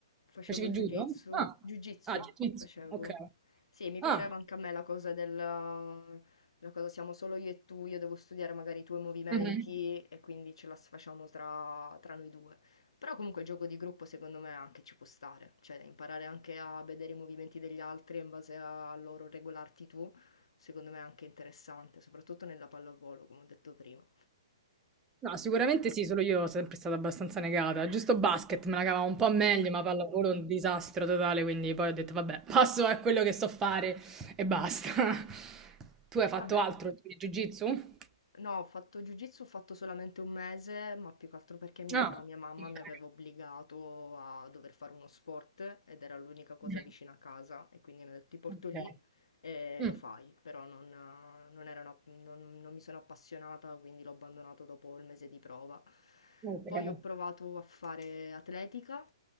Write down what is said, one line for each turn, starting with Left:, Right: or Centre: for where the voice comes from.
Left: facevo
Right: Facevi
Left: jiu-jitsu,
Right: judo? Ah,
Left: jiu-jitsu
Right: ah, jiu-jitsu,
Left: facevo.
Right: ok.
Left: Sì, mi piaceva
Right: Ah,
Left: anche a me la cosa del, la cosa siamo solo io e tu, io devo studiare magari i tuoi movimenti
Right: mhm.
Left: e quindi ce la facciamo tra, tra noi due. Però comunque il gioco di gruppo secondo me anche ci può stare, cioè imparare anche a vedere i movimenti degli altri e in base a loro regolarti tu, secondo me è anche interessante, soprattutto nella pallavolo, come ho detto prima.
Right: No, sicuramente sì, solo io sono sempre stata abbastanza negata. Giusto basket me la cavavo un po' meglio,
Left: <laughs>
Right: ma pallavolo è un disastro totale, quindi poi ho detto vabbè, <laughs> passo a quello che so fare e basta. <laughs> Tu hai fatto
Left: Vabbè.
Right: altro di jiu-jitsu?
Left: No, ho fatto jiu-jitsu, ho fatto solamente un mese, ma più che altro perché mia,
Right: Ah,
Left: mia mamma
Right: ok.
Left: mi aveva obbligato a dover fare uno sport ed era l'unica cosa
Right: Mm,
Left: vicina a casa e quindi mi ha detto ti porto
Right: Ok.
Left: lì e
Right: Mm,
Left: lo fai, però non, non era una- non- non mi sono appassionata, quindi l'ho abbandonato dopo il mese di prova.
Right: ok.
Left: Poi ho provato a fare atletica,